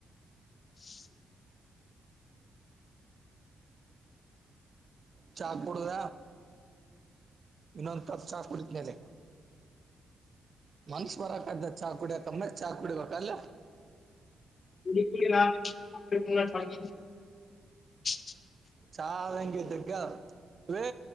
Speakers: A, on the left; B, on the right.
A: <inaudible>
B: ಚಾ ಕೊಡುದ ಇನ್ನೊಂದು ತ ಚಾ ಕುಡತ್ ಮೇಲೆ ಮನ್ಷ ಬರಕ್ದ ಚಹ ಕುಡಿಯಕಮ್ಮ ಚಾ ಕುಡಿಬೇಕಲ್ಲ
A: ಹ್ಮ್ಮ್. ಹ
B: ಚಂಗಗೆ ತಕ್ಕ ವೇ